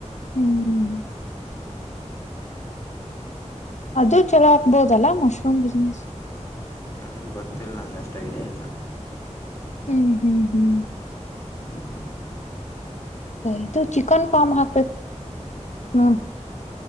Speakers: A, on the left; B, on the left.
A: ಹ್ಮ್ ಅದು ಚಲೋ ಆಗ್ಬೋದಲ್ಲಾ ಮಶ್ರೂಮ್ ಬಿಸ್ನೆಸ್
B: ಹ ಗೊತ್ತಿಲ್ಲ ನಂಗೆ ಅಷ್ಟು ಐಡಿಯಾ ಇಲ್ಲ
A: ಹ್ಮ್ ಹ್ಮ್ ಹ್ಮ್
B: <inaudible>
A: ಇದು ಚಿಕನ್ ಫಾರ್ಮ್ ಹಾಕ್ಬೇಕ ನೋ